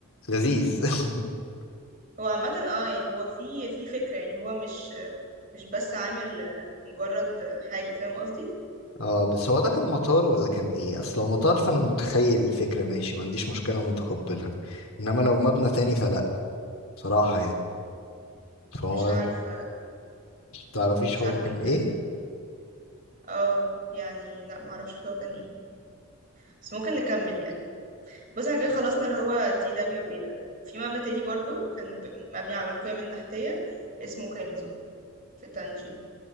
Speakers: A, on the left; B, on the right.
A: لذيذ <laughs>
B: هو عامة اه يعني هو في في فكرة يعني هو مش مش بس عامل مجرد حاجة فاهم قصدي
A: اه بس هو ده كان مطار ولا كان ايه اصل لو مطار فانا متخيل الفكرة ماشي ما عنديش مشكلة ومتقبلها انما لو مبنى تاني فلا بصراحة يعني فهو
B: مش عارفة
A: تعرفيش
B: مش
A: هو
B: عارفة
A: كان
B: ممكن
A: ايه
B: اه يعني لا معرفش هو كان ايه بس ممكن نكمل يعني بص احنا كده خلصنا اللي هو تي دبليو ايه ده في مبنى تاني برضو كان ب- مبني على القيم النحتية اسمه كنزو في تانجي